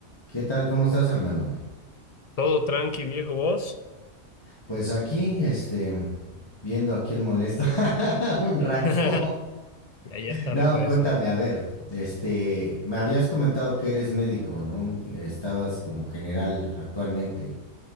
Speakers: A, on the left; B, on the left.
A: ¿Qué tal? ¿Cómo estás, hermano?
B: Todo tranqui, viejo, vos.
A: Pues aquí, este, viendo a quién molesta <laughs> un rato.
B: <laughs> Ya, ya es tarde
A: No,
B: para
A: cuéntame,
B: eso.
A: a ver, este, me habías comentado que eres médico, ¿no? Estabas como general actualmente.